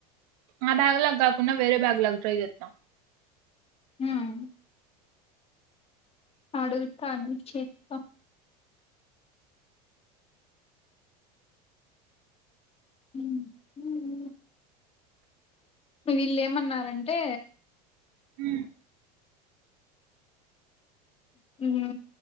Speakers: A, on the right (about 65°); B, on the left (about 30°).
A: మా బ్యాగ్ లాగా కాకుండా వేరే బ్యాగ్ లాగా ట్రై చేస్తా
B: హ్మ్ అడుగుతాను చెప్తా హు హ్మ్ వీళ్ళు ఏమన్నారంటే
A: హు
B: హు